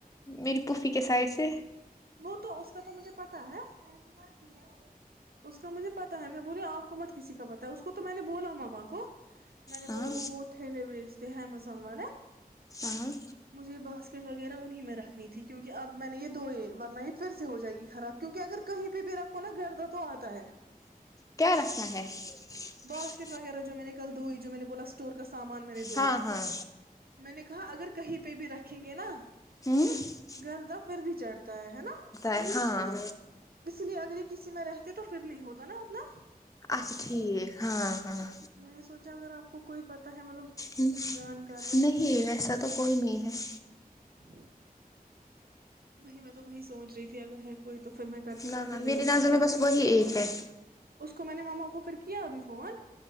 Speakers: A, on the left (about 20°); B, on the right (about 75°).
A: میری پوفی کے سائڈ سے
B: وہ تو اس کا تو مجھے پتتا ہے فصلہ کیا <unintelligible> مجھے پتا ہے میں بول آپ کو مت کسی کا پتا ہے اس کو تو میں نے بولا ماما کو میں نے
A: ہاں
B: بولا وہٹھیے وس تو امیزون والا
A: ہاں
B: مجھے یہ بس <unintelligible> اسکٹ وغیرہ انہیں میں رکھنی تھی کیونکہ اب میں نے یہ دو یہ ورن یہ پھر سے ہو جائے گی خراب کیونکہ اگر کہیں پہ بھی رکھو نا گھردہ تو آتا ہے
A: کیا رکھنا ہے <unintelligible>
B: باسکٹ وغیرہ جو میں نےل دو ہی جو میں نے بلا اسٹور کا سامان میں نے دھویا
A: ہاں ہاں
B: میں نے کہا اگر کہیں پہ بھی رکھ ریں گے نا <unintelligible>
A: ہوں <unintelligible>
B: کرا پھر بھی چڑھتا <unintelligible> ہے ہے نا
A: ہے ہاں
B: اس لیے اگر ایک کسی میں رہتے تو پھر نہیں ہوتا نا اتنا
A: اچھا ٹھیک ہاں <unintelligible> ہاں
B: میں نے سوچا اگر آپ کوئی پتا ہے مطلب
A: ہ
B: جانکار میں ہے
A: نہیں
B: تو
A: ویسا تو کوئی نہیں ہے <unintelligible>
B: ا <inaudible> وہی میں تو وہی سوچ رہی تھی اگر ہے کوئی <unintelligible> کرتی کہاں
A: نہ نہ
B: پھر
A: میری
B: اسی
A: نظ میں بس وہی ایک ہے <unintelligible>
B: اس کو میں نے ماما کو پھر کیا ابھی فون